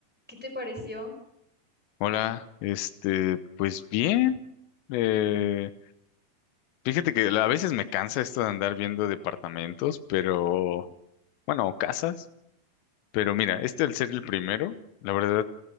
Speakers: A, in the centre; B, on the left.
A: ¿Qué te pareció?
B: Hola, este, pues bien. eh, fíjate que a veces me cansa esto de andar viendo departamentos, pero bueno, o casas. Pero mira, este al ser el primero, la verdad,